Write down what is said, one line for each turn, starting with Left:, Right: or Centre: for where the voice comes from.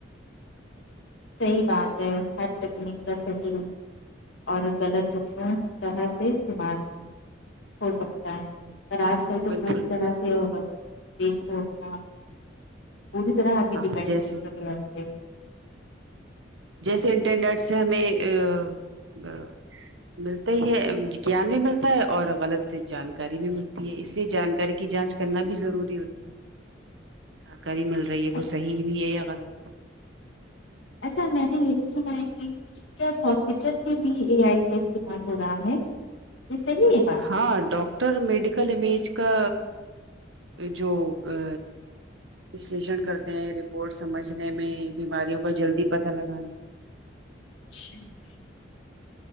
Left: صحیح بات ہے ہر تکنیک کا صحیح اور غلط جملوں طرح سے استعمال ہو سکتا ہے پر آج کل تو
Right: بالکل
Left: پوری طرح سے ہوگا دیکھو اپنا پوری طرح آپ بھی
Right: ہاں
Left: دپنڈنٹ
Right: جیسے
Left: ہے اے آی پے
Right: جیسے انٹرنیٹ سے ہمیں اے اے ملتے ہے گیان بھی ملتا ہے اور غلط جانکاری بھی ملتی ہے اس لیے جانکاری کی جانچ کرنا بھی ضوری ہوتا ہے جانکاری مل رہی ہے
Left: اچ-
Right: وہ صحیح بھی ہے یا غلط
Left: اچھا میں بھی یہی سنا ہے کہ کیا ہاسپٹل میں بھی اے آئی کا استعمال ہو رہا ہے یہ صحیح ہے بات
Right: ہاں ڈاکٹر میڈیکل امیج کا جو آ وشیشن کرتے ہیں رپورٹ سمجھنے میں بیماریوں کا جلدی پتہ لگانے میں
Left: اچھا یہ